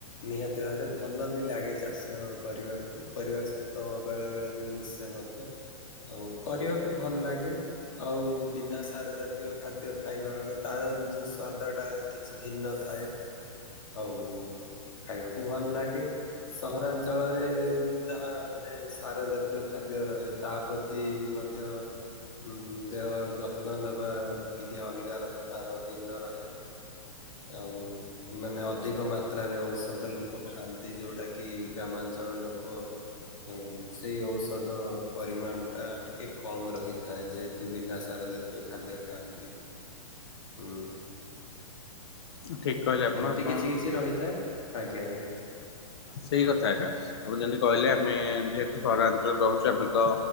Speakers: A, on the left; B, on the left.
A: ନିହାତି ଭାବରେ ଭଲ ବି ଲାଗେ। ଚାଷ କରିବାକୁ ପରିବାର ସହିତ ବେଳେ ବେଳେ ମୁଁ ମିଶେ ମଧ୍ୟ। ଆଉ କରିବାକୁ ଭଲ ଲାଗେ। ଆଉ ବିନା ସାର ଜାତୀୟ ଖାଦ୍ୟ ଖାଇବା ତାର ଯୋଉ ସ୍ଵାଦ ଟା କିଛି ଭିନ୍ନ ଥାଏ। ଆଉ ଖାଇବାକୁ ଭଲ ଲାଗେ। ସହରାଞ୍ଚଳରେ ଯାହା ମାନେ ସାର ଜାତୀୟ ଖାଦ୍ୟ ରହେ। ତା ପ୍ରତି ମଧ୍ୟ ହଁ ଦେହର ଯତ୍ନ ନବା ଟିକେ ଅଲଗା ରହେ ତାର ଭିନ୍ନ ରହେ। ଆଉ ମାନେ ଅଧିକ ମାତ୍ରାରେ ଔଷଧ ଲୋକ ଖାଆନ୍ତି ଯୋଉଟା କି ଗ୍ରାମାଞ୍ଚଳ ଲୋକ ହଁ ସେଇ ଔଷଧ ପରିମାଣ ଟା ଟିକେ କମ ରହିଥାଏ ଯେହେତୁ ବିନା ସାର ଜାତୀୟ ଖାଦ୍ୟ ଖାଆନ୍ତି। ହୁଁ।
B: ଠିକ। କହିଲେ ଆପଣ
A: ଏମିତି
B: ଆପଣ
A: କିଛି କିଛି ରହିଥାଏ ଆଜ୍ଞା ଆଜ୍ଞା।
B: ସେଇ କଥା ଏକା ଆମ ଯେମିତି କହିଲେ ଆମେ ଯେହେତୁ ସହରାଞ୍ଚଳରେ ରହୁଚୁ ଆମେ ତ